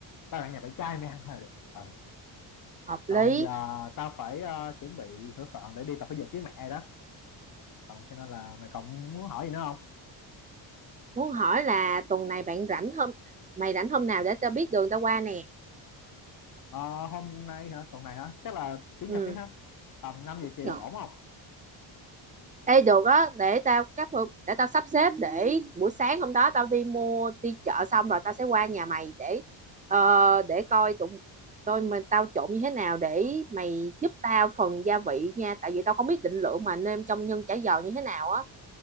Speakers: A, on the left; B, on the right.
A: ba bạn nhà bạn trai mày ăn thôi được ừ.
B: hợp lý
A: còn giờ tao phải ờ, chuẩn bị sửa soạn để đi tập thể dục với mẹ đó ừ, cho nên là mày còn muốn hỏi gì nữa không
B: muốn hỏi là tuần này bạn rảnh hôm mày rảnh hôm nào để tao biết đường tao qua nè
A: Ờ, hôm nay hả tuần này hả chắc là chủ
B: ừ
A: nhật đi ha tầm 5 giờ chiều
B: Dạ.
A: ổn không
B: Ê được á để tao cắp để tao sắp xếp để buổi sáng hôm đó tao đi mua đi chợ xong rồi tao sẽ qua nhà mày để ờ, để coi tụi tôi mình tao trộn như thế nào để mày giúp tao phần gia vị nha tại vì tao không biết định lượng mà nêm trong nhân chả giò như thế nào á